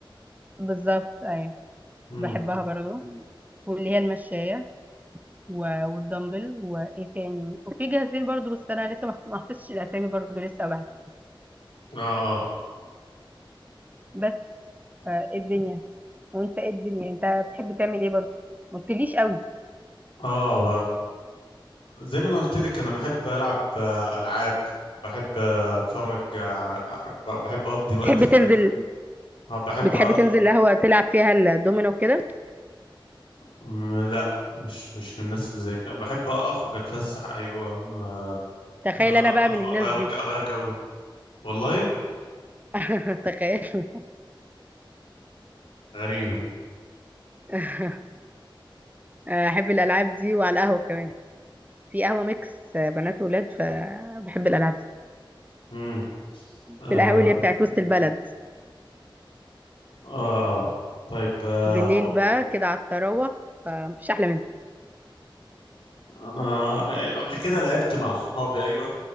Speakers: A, on the right; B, on the left.
A: بالظبط أيوة
B: مم.
A: بحبها برضو واللي هي المشاية و- والدمبل وإيه تاني وفي جاهزين برضو بس أنا لسه ما <laughs> ما حفظتش الأسامي برضو لسه أوي على فكرة.
B: اه
A: بس آه، إيه الدنيا وانت ايه الدنيا انت بتحب تعمل ايه برضه ما قلتليش قوي
B: اه ب... زي ما انا قلت لك انا بحب العب آه، العاب بحب آه، اتفرج على ب- بحب اقضي وقت
A: بتحب
B: في-
A: تنزل
B: اليابان. اه بحب
A: بتحب
B: أ...
A: تنزل القهوة تلعب فيها الدومينو وكده
B: م- لا مش مش من الناس اللي زي كده بحب اخرج اتفسح ايوه آه،
A: تخيل
B: آه،
A: انا بقى
B: أف-
A: من
B: اغير
A: الناس دي
B: اغير جو والله
A: <laughs> تخيل
B: غريبة
A: <laughs> احب الالعاب دي وعلى القهوة كمان في قهوة ميكس بنات وولاد فبحب الالعاب دي
B: امم آه.
A: في القهوة اللي هي بتاعت وسط البلد
B: آه. آه. طيب آه.
A: بالليل
B: و-
A: بقى كده على التروح فمفيش احلى منها
B: انا أيوة، قبل كده لعبت مع صحابي ايوه